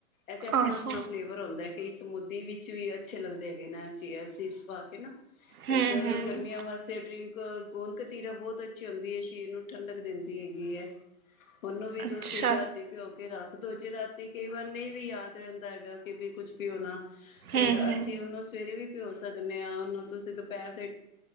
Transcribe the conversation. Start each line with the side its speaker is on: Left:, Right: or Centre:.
Left: ਇੱਥੇ ਆਪਨਾ
Right: ਆਹੋ
Left: ਆਪਨਾ ਫਲੇਵਰ ਓੰਦਾ ਏ ਕਈ ਮੁੱਦੀ ਵਿੱਚ ਵੀ ਅੱਛੇ ਲੱਗਦੇ ਹੈਗੇਨੇ। ਚੀਯਾ ਸੀਡਸ ਪਾ ਕੇ ਨਾ,
Right: ਹਮ
Left: ਇੱਕ
Right: ਹਮ
Left: ਗਰਮੀਆਂ ਵਾਸਤੇ ਡਰਿੰਕ ਅ ਗੋਂਦ ਕਤੀਰਾ ਬਹੁਤ ਅੱਛੀ ਹੁੰਦੀ ਹੈ, ਸ਼ਰੀਰ ਨੂੰ ਠੰਡਕ ਦਿੰਦੀ ਹੈਗੀ ਐ, ਉਹਨੂੰ ਵੀ ਤੁਸੀਂ
Right: ਅੱਛਾ
Left: ਰਾਤੀ ਭਿਓ ਰਖ ਦੋ, ਜੇ ਰਾਤੀ ਕਈ ਵਾਰ ਨਹੀਂ ਵੀ ਯਾਦ ਰਹਿੰਦਾ ਹੇਗਾ, ਕਿ ਵੀ ਕੁਛ ਵੀ ਭਿੳਨਾ ਤੇ
Right: ਹਮ ਹਮ
Left: ਅਸੀਂ ਉਹਨੂੰ ਸਵੇਰੇ ਵੀ ਭਿਓ ਸ ਸਕਨੇ ਆਂ ਉਹਨੂੰ ਤੁਸੀਂ ਦੁਪਹਿਰ ਦੇ